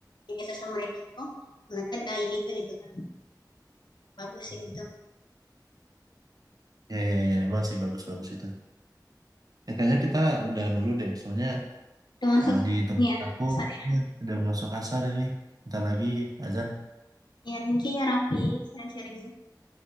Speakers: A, on the left; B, on the right.
A: media sosial mereka itu mereka ada ini tuh gitu kan bagus sih itu
B: Iya, iya, iya. Emang sih bagus-bagus itu. Ya, kayaknya kita udahan dulu deh, soalnya
A: termasuk
B: eh, di tempat
A: ya
B: aku
A: sorry
B: ya, udah masuk asar ini. Bentar lagi azan.
A: ya thank you ya Raffi sharing-sharingnya